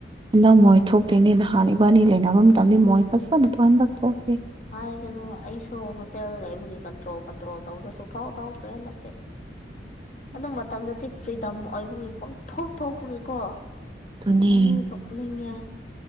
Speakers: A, on the right; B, on the left.
A: ꯍꯟꯗꯪ ꯃꯣꯏ ꯊꯣꯛꯇꯦꯅꯦ ꯅꯍꯥꯟ ꯏꯕꯥꯅꯤ ꯂꯩꯅꯕ ꯃꯇꯝꯗꯤ ꯃꯣꯏ <unintelligible> ꯊꯣꯛꯇꯦ
B: ꯍꯥꯏꯒꯅꯣ ꯑꯩꯁꯨ ꯍꯣꯁꯇꯦꯜꯗ ꯂꯩꯕꯒꯤ ꯀꯟꯇ꯭ꯔꯣꯜ ꯀꯟꯇ꯭ꯔꯣꯜ ꯇꯧꯕꯗ ꯁꯨꯡꯊꯣꯛ ꯊꯣꯛꯇ꯭ꯔꯦ ꯍꯟꯗꯛꯇꯤ ꯑꯗꯨ ꯃꯇꯝꯗꯗꯤ ꯐ꯭ꯔꯤꯗꯝ ꯑꯣꯏꯕꯒꯤ ꯄꯪꯊꯣꯛ ꯊꯣꯛꯄꯒꯤꯀꯣ
A: ꯑꯗꯨꯅꯤ
B: ꯑꯍꯤꯡ ꯊꯣꯛꯅꯤꯡꯉꯦ